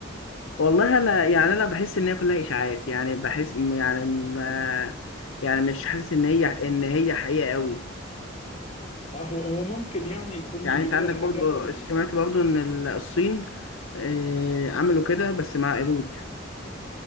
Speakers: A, on the left; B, on the left.
A: والله انا يعني انا بحس ان هي كلها اشاعات يعني بحس م- يعني ما يعني مش حاسس ان هي ان هي حقيقه قوي
B: اه هو هو ممكن يعني يكون
A: يعني
B: بيقول
A: انت عندك
B: الحاجة
A: برضو
B: و...
A: سمعت برضو ان ال- الصين آه، عملوا كده بس مع قرود